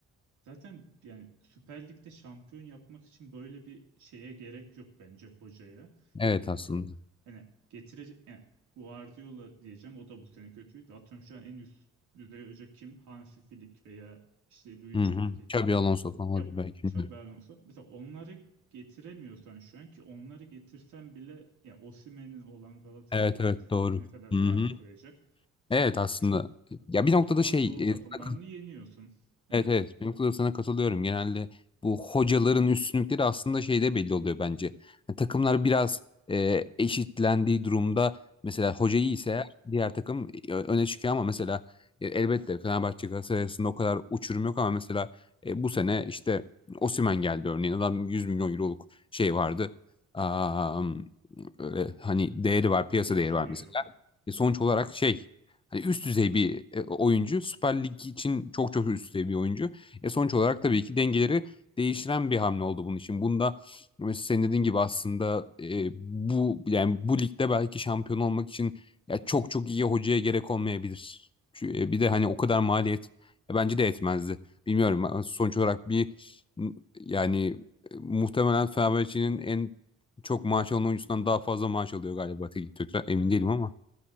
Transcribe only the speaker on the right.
Zaten yani Süper Lig'de şampiyon yapmak için böyle bir şeye gerek yok bence hocaya.
Yani
bu kadar hani getirecek yani Guardiola diyeceğim o da bu sene kötüydü. Atıyorum şu an en üst düzey hoca kim? Hansi Flick veya işte Luis
Enrique
diyelim.
Ya
Xabi Alonso. Mesela onları getiremiyorsan şu an ki onları getirsen bile ya Osimhen'in olan Galatasaray'a
vesaire
ne kadar fark
koyacak? Çünkü
yani
tüm
Anadolu
takımlarını
yeniyorsun. Evet.
Evet.
Piyasa
değeri
var.